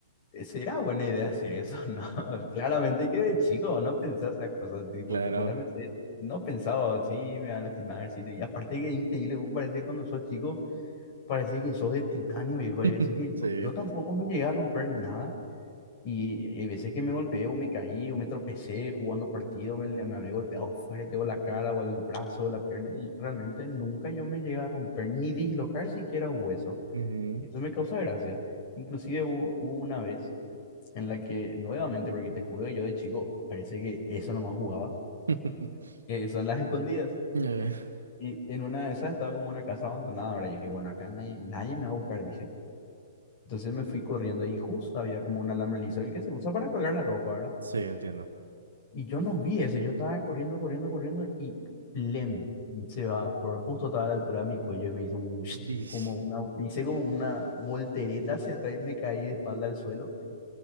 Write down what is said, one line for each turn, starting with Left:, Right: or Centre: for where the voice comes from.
Left: ¿será buena idea hacer eso? <laughs> No, claramente que de chico no pensás esas cosas, tipo,
Right: Claro.
Left: te pone a pensar, no pensaba, sí, me van a lastimar, sí, y aparte que es increíble, vos parece cuando sos chico, parece que sos de titanio, viejo, y veces
Right: <laughs>
Left: que yo,
Right: Sí.
Left: yo tampoco me llegué a romper nada, Y hay veces que me golpeo, me caí o me tropecé jugando partido, me, me habré golpeado fuerte o la cara o el brazo o la pierna y realmente nunca yo me llegué a romper ni dislocar siquiera un hueso.
Right: Ujú.
Left: Eso me causa gracia. Inclusive hubo, hubo una vez en la que nuevamente, porque te juro que yo de chico parece que eso nomás jugaba,
Right: <laughs>
Left: que son las escondidas.
Right: Eh,
Left: Y en una de esas estaba como una casa abandonada, ¿verdad? Yo dije, bueno, acá nadie, nadie me va a buscar, dije. Entonces me fui corriendo y justo había como un alambre liso, el que se usa para colgar la ropa, ¿verdad?
Right: sí, entiendo.
Left: Y yo no vi eso, yo estaba corriendo, corriendo, corriendo y lem, se va, por, justo estaba a la altura de mi cuello y me hizo un, <smacks lips>
Right: Dish.
Left: como una, hice como una voltereta hacia atrás y me caí de espalda al suelo